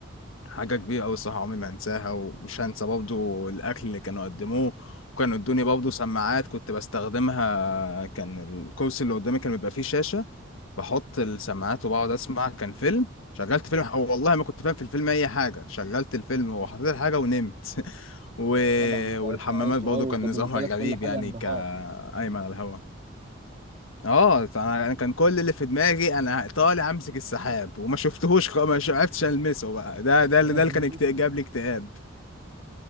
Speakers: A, on the left; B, on the right.
A: حاجة كبيرة أوي الصراحة عمري ما أنساها ومش هنسى برضه الأكل اللي كانوا قدموه وكانوا ادوني برضه سماعات كنت بستخدمها كان الكرسي اللي قدامي كان بيبقى فيه شاشة بحط السماعات وبقعد أسمع كان فيلم شغلت فيلم أو والله ما كنت فاهم في الفيلم أي حاجة شغلت الفيلم وحطيت الحاجة ونمت <laughs> و...
B: طبعا انت
A: والحمامات
B: انت عيل صغير
A: برضه
B: وانت
A: كان
B: بالنسبه
A: نظامها
B: لك
A: غريب
B: كل حاجه
A: يعني
B: انبهار
A: كأيمن على الهوا اه فانا أنا كان كل اللي في دماغي انا طالع امسك السحاب وما شفتهوش خ- ما شو- عرفتش المسه بقى ده ده
B: <laughs>
A: اللي ده اللي كان اكت- جاب لي اكتئاب